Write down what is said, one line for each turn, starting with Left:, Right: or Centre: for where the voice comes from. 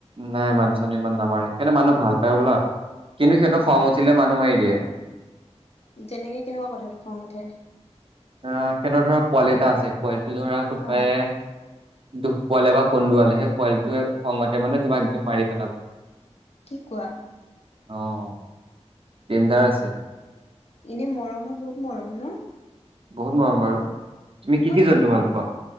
Right: নাই মানুহ চানো ইমান নামাৰে সেতে মানুহ ভাল পায় বোলা কিন্তূ সিহঁতৰ খং উঠিলে মানুহ মাৰি দিয়ে
Left: যেনেকৈ কেনেকুৱা কথাটোত খং উঠে
Right: অঁ সেঁতৰ ধৰা পোৱালি এটা আছে পোৱালি ধৰা কোনোবাই
Left: অ
Right: দুখ পোৱালে বা কন্দুৱালে সেই পোৱালিটোৱে খংতে মানে তোমাক একদম মাৰি পেলাব
Left: কি কোৱা
Right: অঁ ডেঞজাৰ আছে
Left: এনে মৰমৰ বহুত মৰম ন
Right: বহুত মৰম বাৰু তুমি কি
Left: মই
Right: কি জন্তু ভাল পোৱা